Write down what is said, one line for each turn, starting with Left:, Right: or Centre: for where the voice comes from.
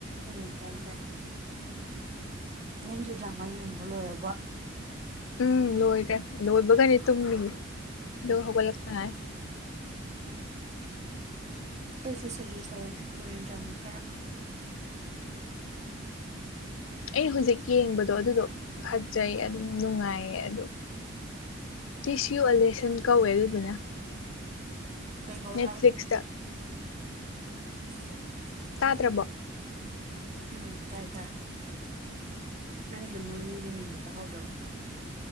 Right: ꯎꯝ ꯇꯥꯏ ꯇꯥꯏ ꯅꯪꯒꯤ ꯗ꯭ꯔꯃꯥ ꯌꯦꯡꯕ ꯂꯣꯏꯔꯕ
Left: ꯎꯝ ꯂꯣꯏꯔꯦ ꯂꯣꯏꯕꯒꯅꯤ ꯇꯨꯝꯃꯤꯒꯤ ꯑ ꯍꯧꯒꯠꯂꯛꯄꯉꯥꯏ
Right: ꯑꯩꯁꯨ ꯁꯖꯦꯁ ꯇꯧꯋꯅꯦ ꯀꯔꯤꯌꯟ ꯗ꯭ꯔꯃ ꯈꯔ
Left: ꯑꯩꯅ ꯍꯧꯖꯤꯛ ꯌꯦꯡꯕꯗꯣ ꯑꯗꯨꯗꯣ ꯐꯖꯩ ꯑꯗꯨꯝ ꯅꯨꯡꯉꯥꯏꯌꯦ ꯑꯗꯣ ꯇꯤꯁꯨ ꯑꯂꯦꯁꯟ ꯀꯧꯋꯦ ꯑꯗꯨꯗꯨꯅ
Right: ꯀꯩ ꯀꯧꯋꯦ
Left: ꯅꯦꯠ ꯐ꯭ꯂꯂꯤꯛꯁ ꯇ
Right: ꯑꯣꯄꯟ <inaudible>
Left: ꯇꯥꯗ꯭ꯔꯕꯣ
Right: ꯎꯝ ꯇꯥꯏ ꯇꯥꯏ ꯅꯪꯒꯤ ꯃꯣꯏꯒꯤꯒꯤ ꯃꯤꯡꯗꯣ ꯇꯥꯍꯧꯗ꯭ꯔꯕꯣ